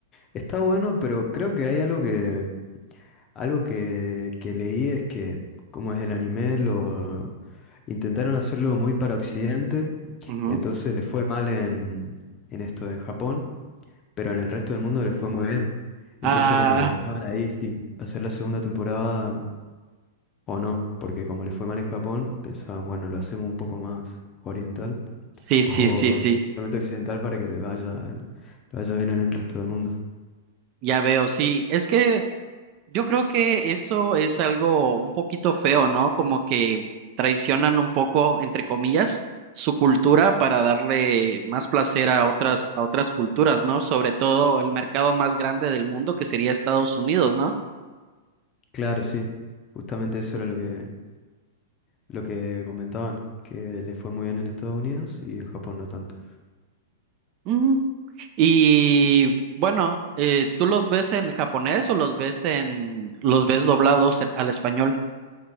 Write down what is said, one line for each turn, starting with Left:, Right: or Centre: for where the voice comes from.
Left: Está bueno, pero creo que hay algo que, algo que, que leí es que, como es el anime, lo intentaron hacerlo muy para Occidente,
Right: Ujú.
Left: entonces le fue mal en, en esto en Japón, pero en el resto del mundo le fue muy bien. Entonces
Right: Ah,
Left: como que estaban ahí si hacer la segunda temporada o no, porque como le fue mal en Japón, pensaban, bueno, lo hacemos un poco más oriental <laughs>
Right: sí, sí,
Left: o
Right: sí, sí.
Left: realmente occidental para que le vaya, le vaya bien en el resto del mundo.
Right: Ya veo, sí. Es que yo creo que eso es algo un poquito feo, ¿no? Como que traicionan un poco, entre comillas, su cultura para darle más placer a otras, a otras culturas, ¿no? Sobre todo el mercado más grande del mundo, que sería Estados Unidos, ¿no?
Left: Claro, sí. Justamente eso era lo que, lo que comentaban, que le fue muy bien en Estados Unidos y en Japón no tanto.
Right: Mm. Y bueno, eh, ¿tú los ves en japonés o los ves en, los ves doblados en- al español?